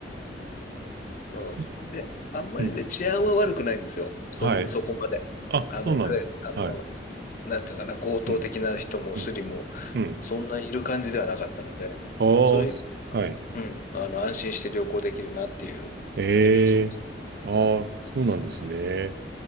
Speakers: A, on the left (about 45°); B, on the right (about 60°).
A: そうで、
B: い。<laughs>
A: あんまりね、
B: うん
A: 治安は悪くないんですよ。そん、
B: はい。
A: そこまで。
B: あ、
A: あの、
B: そうなんですか。
A: 誰あの、
B: はい。
A: なんていうのかな、強盗的な人もスリも、
B: うん、うん、うん。
A: そんないる感じではなかったので、
B: ああ、
A: そういう、
B: すはい。
A: うん、あの、安心して旅行できるなっていうイメージです。
B: ええ。ああ、そうなんですね。